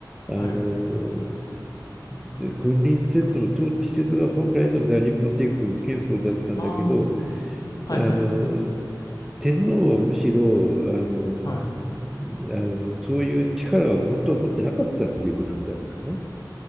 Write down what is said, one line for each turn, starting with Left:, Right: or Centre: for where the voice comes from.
Left: はい。
Centre: あの、で君臨説の統治説が本来の大日本帝国の憲法だったんだけど、
Left: あー。はい。
Centre: あの、
Left: はい。
Centre: 天皇はむしろ、あの、
Left: はい。
Centre: あの、そういう力は本当は持ってなかったっていうことみたいなね。